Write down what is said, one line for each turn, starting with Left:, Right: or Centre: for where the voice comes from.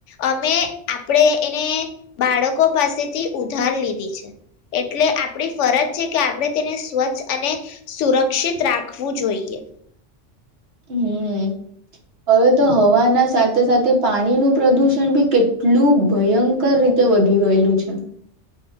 Left: અમે આપણે એને બાળકો પાસેથી ઉધાર લીધી છે. એટલે આપણી ફરજ છે કે આપણે તેને સ્વચ્છ અને સુરક્ષિત રાખવું જોઈએ.
Right: હમ્મ. હવે તો હવાના સાથે-સાથે પાણીનું પ્રદુષણ બી કેટલું ભયંકર રીતે વધી ગયેલું છે.